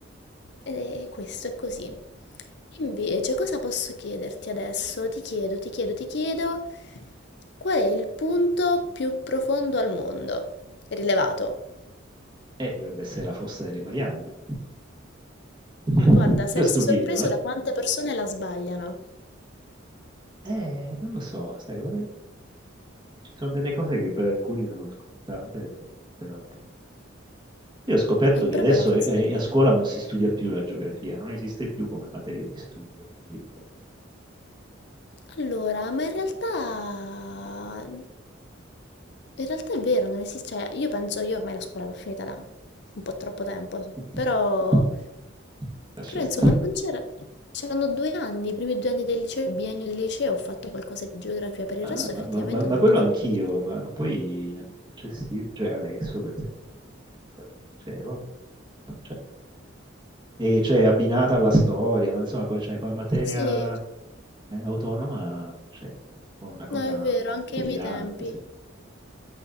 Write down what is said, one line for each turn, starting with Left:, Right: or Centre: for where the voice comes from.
Left: E questo è così. Invece, cosa posso chiederti adesso? Ti chiedo, ti chiedo, ti chiedo, qual è il punto più profondo al mondo? Rilevato.
Right: Eh, dovrebbe essere la fossa delle Marianne. <laughs>
Left: Guarda, saresti
Right: Ti ho stupito,
Left: sorpreso
Right: eh?
Left: da quante persone la sbagliano.
Right: Eh, non lo so, sai, eh, ci sono delle cose che per alcuni sono scontate, per altri no. Io ho scoperto
Left: È proprio
Right: che adesso
Left: la forza
Right: eh,
Left: degli
Right: a
Left: amici.
Right: scuola non si studia più la geografia, non esiste più come materia di studio, quindi eh,
Left: Allora, ma in realtà... In realtà è vero, non esiste... Cioè, io penso, io ormai la scuola l'ho finita da un po' troppo tempo,
Right: <laughs>
Left: però...
Right: lascia
Left: Però
Right: stare.
Left: insomma non c'era... C'erano due anni, i primi due anni del liceo, il biennio del liceo, ho fatto qualcosa di geografia, per
Right: Allora,
Left: il resto
Right: ma,
Left: effettivamente
Right: ma- ma- ma
Left: non l'ho
Right: quello
Left: più fatto.
Right: anch'io, ma poi in anni successivi, cioè adesso per esempio, che mia figlia va al liceo, non, non c'è. E c'è abbinata alla storia, ma insomma, come, cioè, come materia
Left: Sì,
Right: eh, autonoma non c'è. È un po' una cosa
Left: no, è vero, anche
Right: delirante,
Left: ai miei tempi.
Right: secondo me.